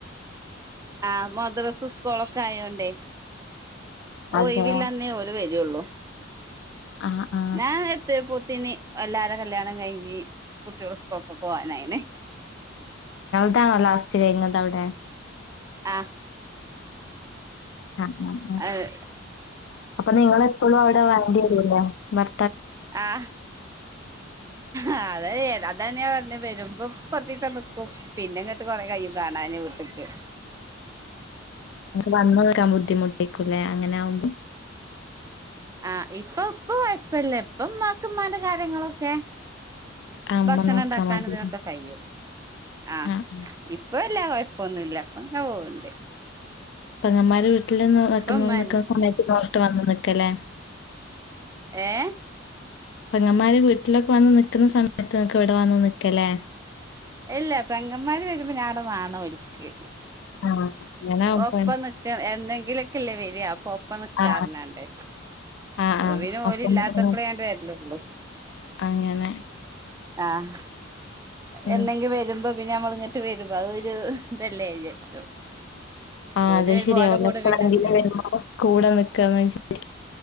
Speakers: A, on the right (about 15°); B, on the left (about 65°).
A: ആഹ മദ്രസ് സ്കോളൊക്കെ ആയോണ്ടേ ഓ
B: അതെ.
A: ഇവില്ലാന്നേ ഓല് വരുള്ളൂ.
B: ആ, ആ.
A: ഞാൻ എത്തിയ പോത്തനി എല്ലാരോടും കല്യാണം കഴിഞ്ഞ് കുട്ടികള ക്കൊപ്പ പോവാനായിനെ
B: എട്ടാണോ ലാസ്റ്റ് കഴിഞ്ഞത് അവിടെ?
A: ആ
B: ആ ആ ആ
A: അങ്ങനെ
B: അപ്പൊ നിങ്ങള സ്കൂളവിടെ വണ്ടി വരൂല്ല ഭർ
A: ആഹ് അത അ അതന്നാ പറഞ്ഞഞ് വരുമ്പോ കൊറച്ചിസം നക്കും പിന്നെ ഇങ്ങോട്ട് കൊറെേ കഴും കാണൻ വീട്ടക്ക്.
B: വന്ന നിക്കാൻ ബുദ്ധിമുട്ടേക്കുംല്ലേ അങ്ങനെ ആകുമ്പോ?
A: ആ ഇപ്പൊ ഇപ്പ കുഴപ്പല്ല, ഇപ്പംമ്മാക്ക്മ്മാന്റെ കാര്യങ്ങളൊക്കെ
B: ആ ഉമ്മ
A: ഭക്ഷണം
B: നോക്കാ
A: ഉണ്ടാക്കാൻ
B: മതി.
A: ഇതിനൊക്കെ കഴിയും ആഹ
B: ആ, ആ.
A: ഇപ്പല്ല. ഇപ്പൊന്നുമില്ല അപ്പൊ, ങ്ങ പോവണ്ടേ?
B: പങ്ങമാർ വീട്ടിൽന്ന് വക്ക നിക്കുന്ന
A: ഉമ്മ
B: സമയത്ത് നോറിട്ട് വന്ന് നക്കലേ?
A: ഏ
B: പങ്ങമാര് വീട്ടിലൊക്കെ വന്ന് നിക്കുന്ന സമയത്ത് നിക്ക് ഇവിടെ വന്ന് നിക്കലേ
A: ഇല്ല പെങ്ങന്മാര് വരുമ്പോ ഞാട വേണം ഓലക്ക്
B: ആ അങ്ങനാവുമ്പോ
A: ഒപ്പ നിക്ക എന്തെങ്കിലൊക്കെല്ലേ വരിയാ അപ്പൊ ഒപ്പം നക്കാറനാണ്ട്.
B: ആ, ആ,
A: അപ്പൊ
B: ആ.
A: പിന ഓല
B: അപ്പം
A: ഇല്ലാത്തപ്പഴേ
B: അങ്ങനെ.
A: വരിലള്ളു.
B: അങ്ങനെ.
A: ആഹ്
B: ഉം.
A: എന്നന്തെങ്കും വരുമ്പോ പിന്നെ നമ്മൾ ഇങ്ങട്ട് വരുമ്പ അ ഒരു ഇതെല്ലെ വിചാരിച്ചു.
B: ആഹ്
A: ഓല്
B: അത്
A: വരുമ്പോ
B: ശരിയാ
A: ഓലെ
B: <unintelligible>
A: കൂടെ പിന്നൊക്കെ
B: കൂടെ നിക്കാന്ന് വിചാ <unintelligible>